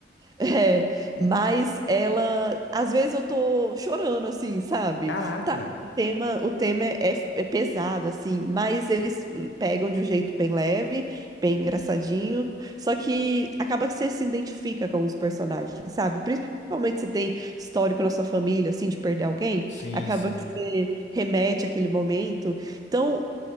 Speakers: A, on the right (about 20°); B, on the left (about 85°).
A: É, mas ela, às vezes eu tô chorando assim, sabe?
B: Caraca.
A: Tá, o tema, o tema é, é é pesado assim, mas eles pegam de um jeito bem leve, bem engraçadinho, só que acaba que você se identifica com os personagens, sabe? Principalmente se tem histórico na sua família, assim, de perder alguém,
B: Sim,
A: acaba
B: sim.
A: que você remete àquele momento. Então,